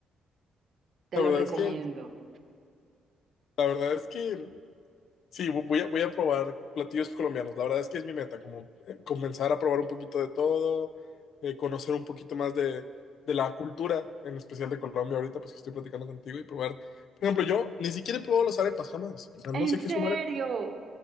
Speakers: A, on the right; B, on the left.
A: Te
B: La
A: lo
B: verdad
A: recomiendo.
B: es que, la verdad es que Sí, vo- voy a, voy a probar platillos colombianos. La verdad es que es mi meta, como eh, comenzar a probar un poquito de todo, eh, conocer un poquito más de, de la cultura, en especial de Colombia ahorita, pues que estoy platicando contigo y probar. Por ejemplo, yo ni siquiera he probado las arepas jamás. O sea,
A: ¿En
B: no sé
A: serio?
B: qué es una arepa.